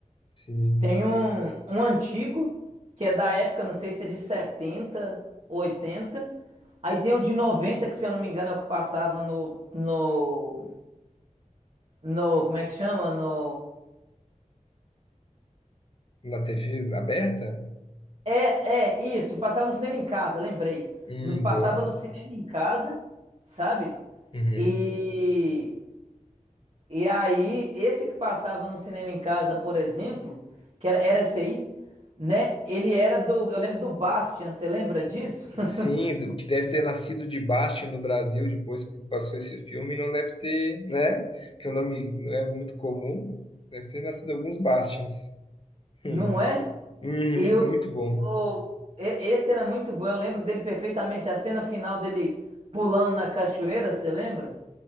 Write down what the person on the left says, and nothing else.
Sim.
Na TV aberta?
Hum,
boa.
Uhum.
Sim, o que deve ter nascido de Bastien no Brasil depois que passou esse filme não deve ter, né? Que o nome não é muito comum, deve ter nascido alguns Bastians. Hum.
Uhum,
muito bom.